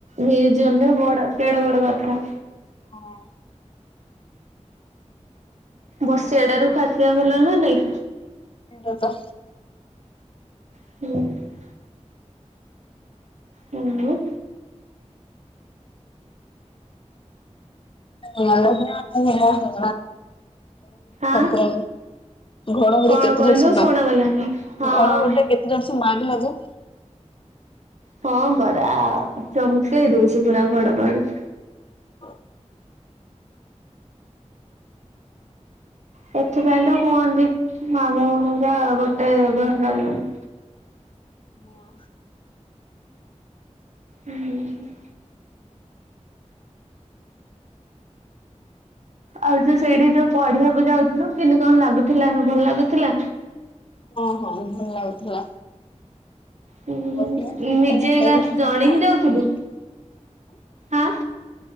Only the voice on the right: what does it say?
ହେଇଯିବ ହେଲେ ବଡ କେଡେ ବଡ କଥା।
ବସିବା ଟାରୁ ଖାସିବା ଭଲ ନା ନାଇଁ।
ହୁଁ। ହୁଁ।
ଆଁ
କଣ
କହିଲୁ
ଶୁଣାଗଲାନି
ହଁ।
ହଁ ପରା ଚମକେଇ ଦଉଛି ପୁରା ଘଡ ଘଡି।
ସେଥିପାଇଁ ତ କୁହନ୍ତି ମାମୁଁ ଭଣଯା ଗୋଟେ ଘରେ ରହିବନି।
ହୁଁ। ଆଉ ଯୋଉ ସେଇଠି ଯୋଉ ପଢିବାକୁ ଯାଉଥିଲୁ କେମତି କଣ ଲାଗୁଥିଲା ଭଲ ଲାଗୁଥିଲା?
ଉ
ନିଜେ ଜଣେଇ
ହିଁ ଯାଉଥିଲୁ?
ଆଁ